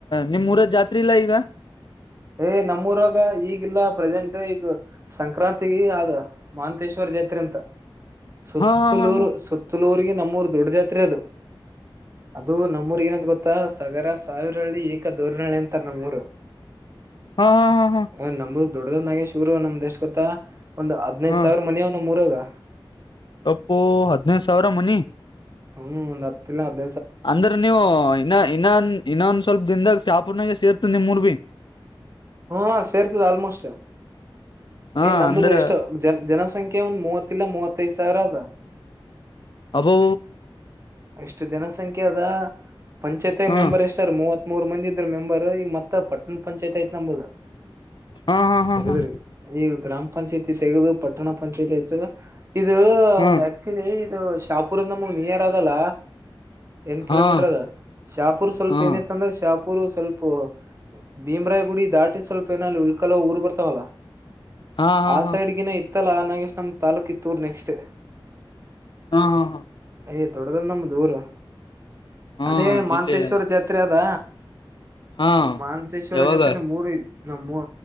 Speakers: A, on the left; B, on the right.
A: ನಿಮ್ ಊರದ್ ಜಾತ್ ಇಲ್ಲ ಈಗ
B: ಏ್ ನಮ್ಮೂರಾಗ ಈಗಲ್ಲ ಪ್ರೆಸೆಂಟ್ ಈಗ ಸಂಕ್ರಾಂತಿ ಆದ ಮಹಂತೇಶ್ವರ ಜಾತ್ರೆ ಅಂತ ಸುತ್ತಲೂರು
A: ಹಾ ಹಾ ಹಾ ಹಾ
B: ಸುತ್ತಲೂರ್ರಿಗೆ ನಮ್ಮೂರು ದೊಡ್ಡ ಜಾತ್ರೆ ಅದು ಅದು ನಮ್ಮೂರ್ ಏನಂತ ಗೊತ್ತಾ ಸಗರ ಸಾವಿರಳ್ಳಿ ಏಕ ಧೋರ್ನಹಳ್ಳಿ ಅಂತಾರ ನಮ್ಮೂರು
A: ಹಾ ಹಾ ಹಾ ಹಾ
B: ್ ನಮ್ದು ದೊಡ್ಡದ್ನಾಗೆ ಶೂರು ನಮ್ ದೇಶ್ ಗೊತ್ತ ಒಂದು ಹದ್ನೈದು
A: ಹಾ
B: ಸಾವಿರ ಮನವ್ ನಮ್ಮ್ರಾಗ
A: ತಪ್ಪು ಹದ್ನೈದು ಸಾವಿರ ಮನಿ
B: ಹ್ಮ್ ನತ್ತಲ್ಲ ಅದ
A: ಅಂದ್ರ ನೀವು ಇನ್ನ ಇನ್ನೊ ಇನ್ನೊಂದ ಸ್ವಲ್ಪ ದಿನದಾಗ ಚಾಪೂರ್ನಾಗ ಸೇರ್ತ ನಿಮ್ ಮೂಊರ್ ಭಿ
B: ಹ್ಮ ಸೇರ್ತದ ಆಲ್ಮೋಸ್ಟ್
A: ಹಾ
B: ಏ ನಂಬುದು
A: ಅಂದ್ರ
B: ಎಷ್ಟ ಜನ ಜನಸಂಖ್ಯ ಒಂದ್ ಮೂವತ್ತಲ್ಲ ಮೂವತ್ತೈದ್ ಸಾವಿರ ಅದಾ
A: ಅಬೋ
B: ಎಷ್ಟು ಜನಸಂಖ್ಯೆ ಅದ ಪಂಚಾಯತಿ
A: ಹಾ
B: ಮೆಂಬರ್ ಎಷ್ಟು ಸರ್ ಮೂವತ್ ಮೂರ್ ಮಂದ ಇದ್ರ ಮೆಂಬರ್ ಈ ಮತ್ತ ಪಟ್ಟಣ ಪಂಚಾಯತ್ ಆಯ್ತ್ ನಂಬೋದು
A: ಹಾ ಹಾ ಹಾ
B: ತಗದ್ರಿ ಈಗ ಗ್ರಾಮ ಪಂಚಾಯತಿ ತೆಗೆದು ಪಟ್ಟಣ ಪಂಚಾಯತಿ ಆಯ್ತದ ಇದು
A: ಹಾ
B: ಆಕ್ಚುಲಿ ಇದು ಶಾಪುರ್ಂದ ನಮಗ್ ನಿಯರ್ ಅಲ್ಲ ಎಂ್
A: ಹಾ
B: ಕಿಲೋಮೀಟರ್
A: ಹಾ
B: ಅದ ಶಾಪೂರ್ ಸ್ವಲ್ಪ
A: ಹಾ
B: ಏನಿತ್ತ ಅಂದ್ರೆ ಶಾಪೂರ್ ಸ್ವಲ್ಪ ಭೀಮ್ರಾಯ್ ಗುಡಿ ದಾಟಿ ಸ್ವಲ್ಪ ಏನ ಉಲ್ಕಲ ಊರ್ ಬರ್ತಾವಲ್ಲ
A: ಹಾ ಹಾ
B: ಆ
A: ಹಾ
B: ಸೈಡ್ಗಿನ ಇತ್ತಲ ನಾಗೇಶ್ ನಮ ತಾಲೂಕಿತ್ತೂರು ನೆಕ್ಸ್ಟ್
A: ಹಾ ಹಾ ಹಾ
B: ಅಯ ದೊಡ್ಡದ ನಮ್ಮ ದ ಊರು
A: ಹಾ
B: ಅದೇ ಮಾಹಂತೇಶ್ವರ
A: ಇಲ್ಲೇ
B: ಜಾತ್ರೆ ಅದ
A: ಹಾ
B: ಮಹಂತೇಶ್ವರ
A: ಯಾವಾಗ
B: ಜೊತೆನೆ ಮೂರು ನಮ್